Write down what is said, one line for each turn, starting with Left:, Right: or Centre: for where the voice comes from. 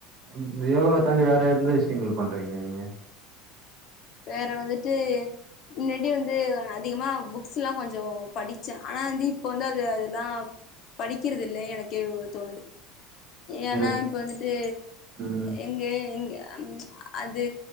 Right: இந்த யோகாவ தாண்டி வேற எந்த விஷ்யங்கள் பண்றீங்க நீங்க
Left: வேற வந்துட்டு மின்னாடி வந்து அதிகமா புக்ஸ்லா கொஞ்சோ படிச்சே ஆனா வந்து இப்ப வந்து அது அதெல்லா படிக்கறது இல்ல எனக் கேவு தோணுது ஏன்னா
Right: எனக்கு
Left: இப்ப வந்துட்டு
Right: ம்
Left: எங்க எங்க அந் அது